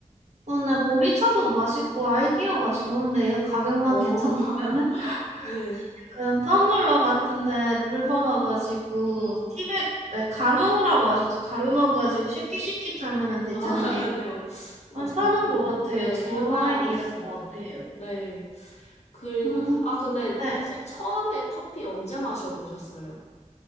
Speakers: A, on the right; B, on the left.
A: 근데 보리차도 맛있고 아이디어가 좋은데요. 가격만
B: 어,
A: 괜찮다면은?
B: <laughs>
A: <laughs>
B: 네.
A: 약간 텀블러 같은데 물 받아가지고
B: 음,
A: 티백 아니, 가루라고 하셨죠? 가루 넣어가지고 쉐킷쉐킷 하면은 되잖아요.
B: 아, <laughs> 네. 어,
A: 괜찮은
B: 저,
A: 것 같아요.
B: 네,
A: 좋은
B: 해봐야겠어요.
A: 아이디어인 것 같아요.
B: 네. 그리고,
A: 음,
B: 아, 근데
A: 네.
B: 혹시 처음에 커피 언제 마셔보셨어요?